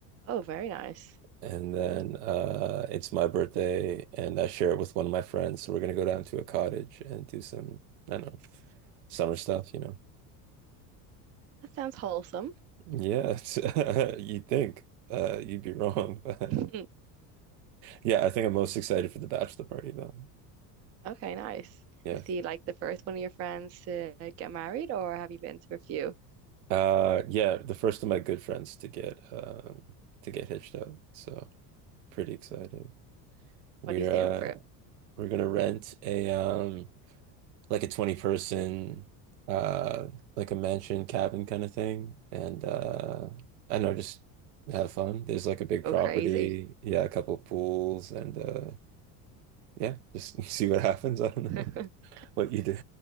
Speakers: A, on the right; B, on the right.
A: Oh, very nice.
B: And then uh it's my birthday and I share it with one of my friends. So we're gonna go down to a cottage and do some, I don't know, summer stuff, you know.
A: That sounds wholesome.
B: Yes, <laughs> you'd think uh, you'd be wrong, <laughs> but
A: <laughs>
B: yeah, I think I'm most excited for the bachelor party though.
A: Okay, nice.
B: Yeah,
A: Is he like the first one of your friends to get married, or have you been to a few?
B: uh, yeah, the first of my good friends to get um, to get hitched up, so pretty excited. We're
A: What are you doing
B: uh,
A: for it?
B: we're gonna rent a um, like a 20 person uh, like a mansion cabin kind of thing, and uh, I don't know, just have fun. There's like a big
A: Go
B: property,
A: crazy.
B: yeah, a couple pools and uh Yeah, just <laughs> see what happens. I don't
A: <laughs>
B: know <laughs> what you do.